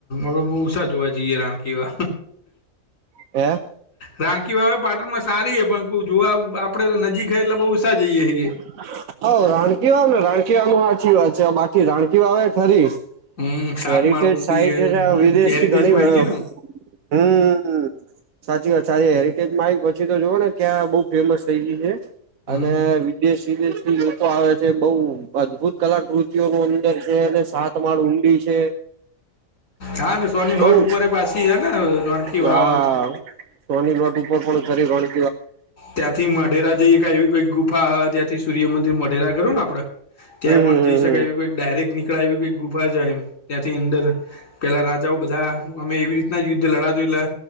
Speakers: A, on the left; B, on the right.
A: હમ બ ઉષા જોવા જઈએ રાણકીવા.
B: હે?
A: રાણકી વાવે પાટણ માં સારી હ પણ જો આપડે તો નજીક હ એટલે બહુ ઉષા જઈએ છએ.
B: હ રાણકી વા ને રાણકી વા ન સાચી વાત છે. બાકી રાણકી વા આવે ખરી
A: હમ સાત
B: હેરિટેજ
A: માળ ઊંડી
B: સાઈટ
A: હે હમ
B: છે વિદેશ
A: હેરિટેજમાં
B: થી ઘણી હમ્મ
A: આઈ ગઈ ને
B: સાચી વાત સા હેરિટેજ મા આઇ પછી તો જુઓ ને ક્યાં બઉ ફેમસ થઈ ગય છે
A: હમ
B: અને દેશ વિદેશ થી લોકો આવે છે બહુ અદ્ભુત કલાકૃતિઓ ન અંદર છે અને સાત તમાર ઊંડી છે.
A: હા ને સોની
B: બહ
A: નોટ ઉપર પાછી હે ને રણકી
B: હા
A: વાવ
B: <unintelligible>
A: ત્યાંથી મઢેરા જઈએ ક એવી કોઈ ગુફા ત્યાંથી સૂર્યમંદિર મઢેરા કરું ને આપડે ત્યાં
B: હમ હમ
A: પણ
B: હમ
A: જઈશ ડાયરેક્ટ નીકળ આવ્યુંઈ ગુફા જાય. ત્યાંથી અંદર પેલા રાજાઓ બધા અમે એવી રીતના યુદ્ધ લડાતું એટલે